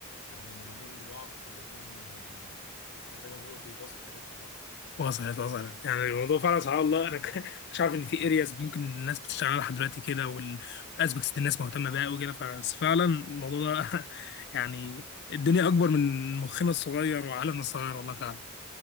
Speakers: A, on the left (about 75°); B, on the left (about 50°).
A: يعني مهمين لبعض الاتنين يعني احنا زي ما بنقول بيباصوا حاجات لبعض
B: وصلت وصلت يعني الموضوع فعلا سبحان الله انا ك- <laughs> مش عارف ان في ارياز ممكن الناس بتشتغل عليها لحد دلوقتي كده والاسبكتس دي الناس مهتمه بيها وكده ففعلا الموضوع ده <laughs> يعني الدنيا اكبر من مخنا الصغير وعالمنا الصغير والله فعلا